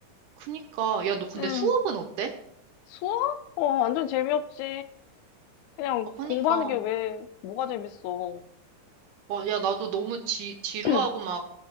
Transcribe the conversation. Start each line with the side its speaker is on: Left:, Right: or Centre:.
Right: 그니까. 야, 너 근데
Left: 응.
Right: 수업은 어때?
Left: 수학? 어, 완전 재미없지. 그냥
Right: 아, 그니까.
Left: 공부하는 게 왜, 뭐가 재밌어.
Right: 와, 야, 나도 너무 지, 지루하고
Left: <clears throat>
Right: 막